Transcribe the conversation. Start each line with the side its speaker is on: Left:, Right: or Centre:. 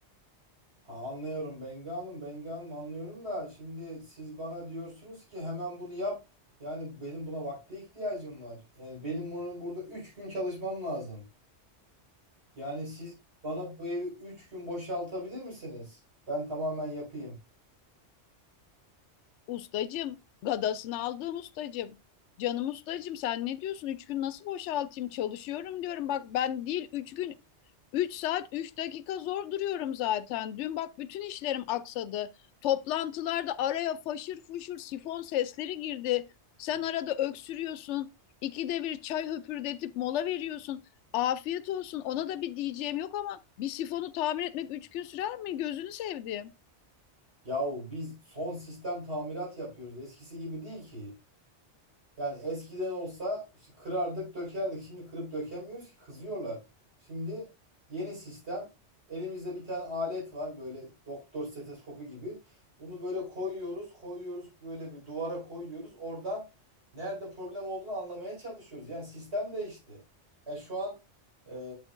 Right: Ha, anlıyorum Bengi Hanım, Bengi Hanım anlıyorum da şimdi siz bana diyorsunuz ki hemen bunu yap. Yani benim buna vakte ihtiyacım var. Yani benim bunu burada 3 gün çalışmam lazım. Yani siz bana bu evi 3 gün boşaltabilir misiniz? Ben tamamen yapayım.
Left: Ustacım, gadasını aldığım ustacım. Canım ustacım sen ne diyorsun? Üç gün nasıl boşaltayım? Çalışıyorum diyorum. Bak ben değil üç gün, üç saat, üç dakika zor duruyorum zaten. Dün bak bütün işlerim aksadı. Toplantılarda araya faşır fuşur sifon sesleri girdi. Sen arada öksürüyorsun. İkide bir çay höpürdetip mola veriyorsun. Afiyet olsun. Ona da bir diyeceğim yok ama bir sifonu tamir etmek üç gün sürer mi? Gözünü sevdiğim.
Right: Yahu biz son sistem tamirat yapıyoruz. Eskisi gibi değil ki. Yani eskiden olsa şu kırardık, dökerdik. Şimdi kırıp dökemiyoruz ki kızıyorlar. Şimdi yeni sistem. Elimizde bir tane alet var böyle doktor stetoskopu gibi. Bunu böyle koyuyoruz, koyuyoruz böyle bir duvara koyuyoruz. Oradan nerede problem olduğunu anlamaya çalışıyoruz. Yani sistem değişti. Yani şu an eee,